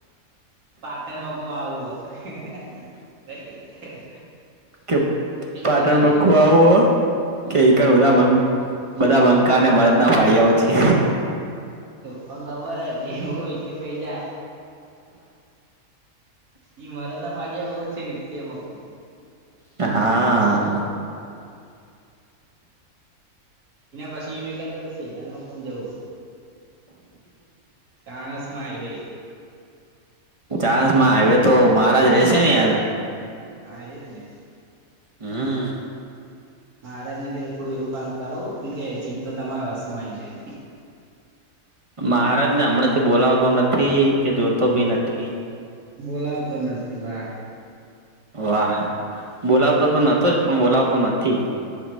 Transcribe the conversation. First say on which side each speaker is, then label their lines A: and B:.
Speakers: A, on the right; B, on the right.
A: પાટણમાં કોમાં આવું હ નઈ
B: કેમ
A: એ
B: પાટણમાં
A: તમે
B: મૂકવા
A: જોયું
B: આવું હ કે બધા બધા બન્ક બંકાને મરદના ફાળિયાઓ છે.
A: પણ ખબર હતી મેં ક યુ વકીમ બે જા ઈ મરદ ના ફડિયામાં બઉુ છે વિકી મ કવુ
B: હા
A: એના પછી મે કેતો કે શેટાનમાંકમ જવુ ચણસમાં એવે
B: ચાણન્સ માં હવે તો મહારાજ રહેશે ને યાર
A: હા એદને
B: હમ્મ
A: મહારાજ ને ક થોડું એવું કામ કરવુ, કે ચિતો તમારા વસમાં આઈ જાય.
B: મહારાજને હમણાંથી બોલાવતો નથી કે જોતો ભી નથી.
A: બોલાતો નથી વાહ
B: વાહ બોલાવતો તો નતો જ પણ બોલાવતો નથી.